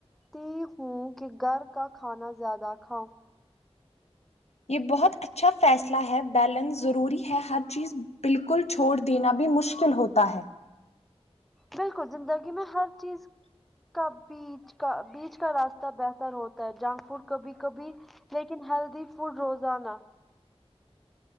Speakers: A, in the centre; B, on the left (about 80°).
A: تی ہوں کہ گھر کا کھانا زیادہ کھاؤں
B: یہ بہت اچھا فیصلہ ہے بیلنس ضروری ہے ہر چیز بالکل چ چھوڑ دینا بھی مشکل ہوتا ہے
A: بالکل زندگی میں ہر چیز کا بیچ کا بیچ کا راستہ بہتر ہوتا ہے جنک فوڈ کبھی کبھی لیکن ہیل دین وہ روزانہ